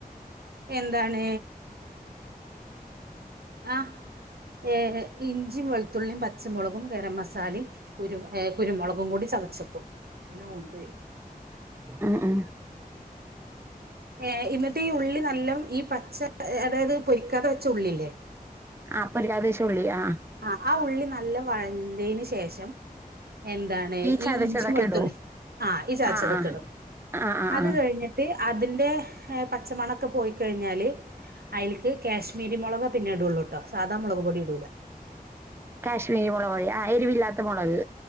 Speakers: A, on the right; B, on the right.
A: എന്താണ് ആ ഏ ഇഞ്ചിയും വെളുത്തുള്ളിയും പച്ചമുളകും ഗരം മസാലയും കുരു കുരുമുളകും കൂടി ചതച്ചക്കും അങ്ങെണ്ട്
B: ആ ആ
A: ഏ ഇന്നട്ട് ഈ ഉള്ളി നല്ല ഈ പച്ച അതായത് പൊരിക്കാതെ വെച്ച ഉള്ളില്ലേ
B: ആ പര്യാദേശംള്ളി ആ
A: ആ ആ ഉള്ളി നല്ല വഴന്തതിന് ശേഷം എന്താണ്
B: ചതച്ചതൊക്കെ
A: ഈ ഇഞ്ചി വെളുത്തുള്ളി
B: ഇടോ
A: ആ ഈ ചതച്ചതൊക്കെ
B: ആഹ് ആഹ്
A: ഇടും
B: ആഹ് ആഹ്
A: അത്
B: ആഹ്
A: കഴിഞ് അതിന്റെ ഹ് പച്ചമണൊക്കെ പോയിക്കഴിഞ്ഞാല് അയ്ൽക്ക് കാശ്മീരി മൊളക പിന്നെ ഇടള്ളൂട്ടോ സാധാ മൊളക് പൊടി ഇടൂല
B: കാശ്മീരി മുളക് ആഹ് എരിവില്ലാത്ത മുളക്.